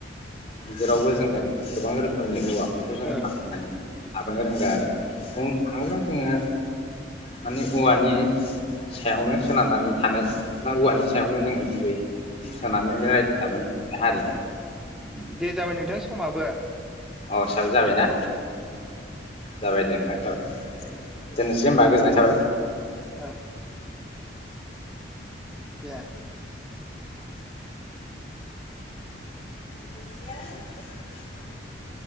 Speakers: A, on the left (about 30°); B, in the centre.
A: जेरावबो
B: उम
A: जोङो गोबां रोखोमनि औवाफोरखौ जोङो
B: ओ
A: बाहायनानै लाबोनो रोंदों आरो
B: ओ उम
A: बुंनो थाङोब्ला जोङो माने औवानि सायावनो सोनारनानै थानाय मा औवानि सायावनो जों गुबै
B: उम
A: सोनानै रायजो
B: उम
A: जबोनाय हारि
B: उम दे जाबाय नोंथां समाबो
A: औ साबो जाबायना जाबाय दे ओंख जाबाय। जे एसे होमबा गोजोननाय थाबाय।
B: आ दे
A: <unintelligible>